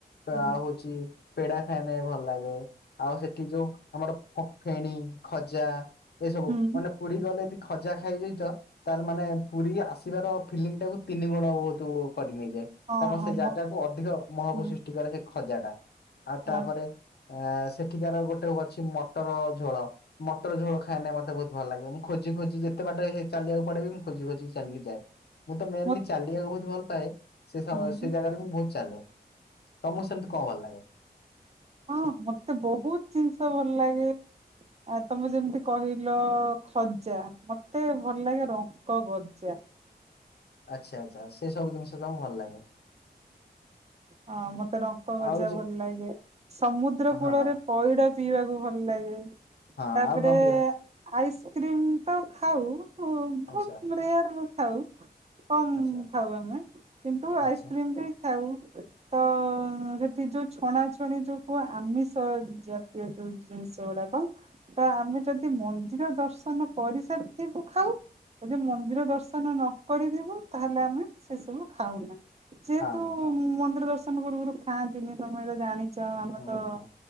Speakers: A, on the left; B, on the right.
A: ଆ
B: ହଁ
A: ଆଉ ହଉ ପେଡା ଖାଇ ନ ଭଲ ଲାଗେ ଆଉ ସେଠି ଯୋଉ ଆମର ଫେଣିୀ ଖଜା ଏଇସବୁ
B: ହୁଁ
A: ମାନେ ପୁରୀ ଗଲେ ଖଜା ଖାଇଯାଇ ତ ତାହେଲେ ମାନେ ପୁରୀ ଆସିବାର ଫିଲିଙ୍ଗ ଟାକୁ ତିନି ଗୁଣ ବହୁତ କରି ନେଇଯାଏ।
B: ହଁ
A: କାରଣ
B: ହଁ
A: ସେ ଜାଗାକୁ
B: ମ
A: ଅଧିକ ମହକୁ
B: ହୁଁ
A: ସୃଷ୍ଟି କରେ ସେ ଖଜା ଟା ଆଉ ତାପରେ
B: ଆ
A: ଆ ସେଠିକାର ଗୋଟେ ଅଛି ମଟର ଝୋଳ ମଟର ଝୋଳ ଖାଇଲେ ମତେ ବହୁତ ଭଲ ଲାଗେ ମୁଁ ଖୋଜି ଖୋଜି ଯେତେ ବାଟ ହେ ଚାଲିବାକୁ ପଡେ ବି ମୁଁ ଖୋଜି ଖୋଜିି ଚାଲିକି ଯାଏ। ମୁଁ ତ ମେନଲି
B: ମୋ
A: ଚାଲିବାକୁ ବହୁତ ଭଲ ପାଏ ସେ ସମୟ
B: ହୁଁ
A: ସେ ଜାଗାରେ ବି ମୁଁ ବହୁତ୍ ଚାଲେ ତମକୁ ସେମିତି କଣ ଭଲ ଲାଗେ?
B: ହଁ ମତେ ବହୁତୁ ଜିନିଷ ଭଲ ଲାଗେ। ଆ ତମେ ଯେମିତି କହିଲ ଖଜା ମତେ ଭଲ ଲାଗେ ରଙ୍କ ଗଜା।
A: ଆଛା ଆଚ୍ଛା ସେ ସବୁ ଜିନିଷ ତମକୁ ଭଲ ଲାଗେ।
B: ହ ମତେ ରଙ୍କ ଭଜା
A: ଆଉ ଯୋ
B: ଭଲ ଲାଗେ ସମୁଦ୍ର
A: ହଁ
B: କୂଳରେ ପଇଡ ପିଇବାକୁ ଭଲ ଲାଗେ
A: ହଁ
B: ତାପରେ
A: ଆଉ କଣ ପ୍ରିୟ?
B: ଆଇସ୍କ୍ରିମ ତ ଖାଉ ବହୁତ
A: ଆଚ୍ଛା
B: ରେୟାରରେ ଖାଉ କମ
A: ଆଚ୍ଛା
B: ଖାଉ ଆମେ କିନ୍ତୁ ଆଇସ୍କ୍ରିମ
A: ଆଚ୍ଛା
B: ବି ଖାଉ। ତ ସେଠି ଯୋଉ ଛଣାଛଣି ଯୋଉ କୁହ ଆମିଷ ଯ ଇଏ ଯୋଉ ଜିନିଷ ଗୁଡାକ। ତ ଆମେ ଯଦି ମନ୍ଦିର ଦର୍ଶନ କରିସାରିଥିବୁ ଖାଉ। ଯଦି ମନ୍ଦିର ଦର୍ଶନ ନ କରିଥିବୁ ତାହେଲେ ଆମେ ସେ ସବୁ ଖାଉନା। ଯେହେତୁ
A: ହଁ
B: ମନ୍ଦିର ଦର୍ଶନ ପୂର୍ବରୁ ଖାଆନ୍ତିନି ତମେ ଏ ତ ଜାଣିଛ ଆମର
A: ହଁ ହଁ
B: ତ
A: ହଁ